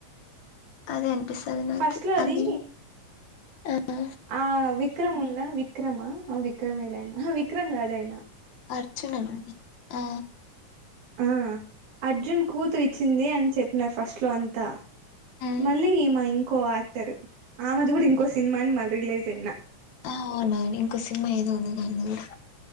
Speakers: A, on the left (about 65°); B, on the right (about 70°).
A: అదే అనిపిస్తది నాకి
B: ఫస్ట్ లోది
A: అది ఆ,
B: ఆ వి క్రమ్ ఉండ్లా విక్రమ్ ఆ ఔ విక్రమ్ యే లే ఆహా విక్రమ్ కాదు ఆయన
A: అర్జున్ అనుకుంటా ఆ
B: ఆ అర్జున్ కూతురు ఇచ్చింది అని చెప్పినారు ఫస్ట్ లో అంతా
A: ఉమ్,
B: మళ్ళీ ఈమ ఇంకో యాక్టర్ ఆమెది కూడా ఇంకో సినిమా అని మళ్ళ రియలైస్ అయినా
A: ఆ అవునవును ఇంకో సినిమా ఏదో ఉంది దానిది కూడా